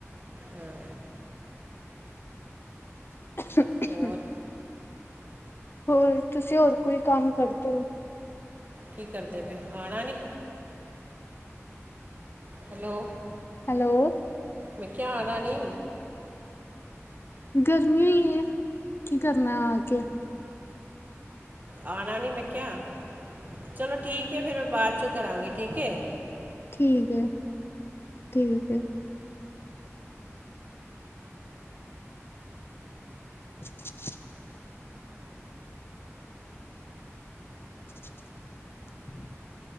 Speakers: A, on the right; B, on the left.
A: ਹਾਂ,
B: <inaudible>
A: ਹੋਰ
B: ਹੋਰ ਤੁਸੀਂ ਹੋਰ ਕੋਈ ਕੰਮ ਕਰਦੇ ਹੋ
A: ਕੀ ਕਰਦੇ ਪਏ ਆਣਾ ਨੀ ਹੈਲੋ
B: ਹੈਲੋ
A: ਮੈਂ ਕਿਹਾ ਆਣਾ ਨੀ
B: ਗਰਮੀ ਹੀ ਓ ਕੀ ਕਰਨਾ ਆ ਕੇ
A: ਆਣਾ ਨੀ ਮੈਂ ਕਿਹਾ ਚਲੋ ਠੀਕ ਐ ਫਿਰ ਮੈਂ ਬਾਅਦ ਚੋਂ ਕਰਾਂਗੀ ਠੀਕ ਐ
B: ਠੀਕ ਐ ਠੀਕ ਐ <inaudible> <inaudible>